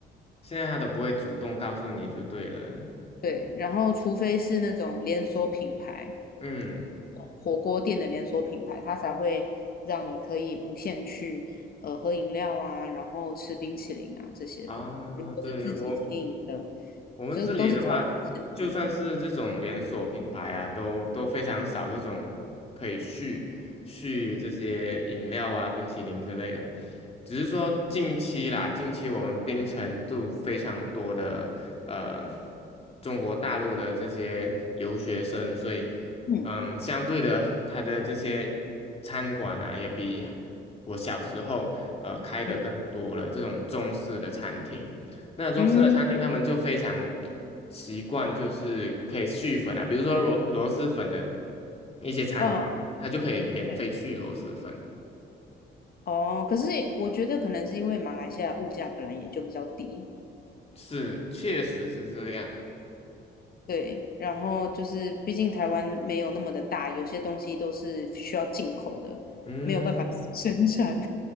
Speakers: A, on the left; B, on the left.
A: 现在他都不会主动告诉你就对了，
B: 对，然后除非是那种连锁品牌，
A: 嗯，
B: 火锅店的连锁品牌，它才会让你可以无限去呃喝饮料啊，然后吃冰淇淋啊这些的。
A: 哦，
B: 如果是自己经营的，
A: 对我我们这里的话，
B: 这都是小本生意啦。
A: 就算是这种连锁品牌啊，都都非常少这种可以续续这些饮料啊、冰淇淋之类的。只是说近期啦，近期我们槟城度非常多的呃中国大陆的这些留学生，所以
B: 嗯
A: 嗯，相对的，它的这些餐馆啊，也比我小时候呃开的更多了，
B: 嗯
A: 这种中式的餐厅。那中式的餐厅他们就非常
B: 嗯，
A: 习惯，就是可以续粉啊，比如说螺螺蛳粉的一些餐馆，
B: 哦，
A: 它就可以免费续螺蛳粉。
B: 对。哦，可是我觉得可能是因为马来西亚物价本来也就比较低，
A: 是，确实是这样了。
B: 对，然后就是毕竟台湾没有那么的大，有些东西都是需要进口的，
A: 嗯，
B: 没有办法 <laughs> 生产，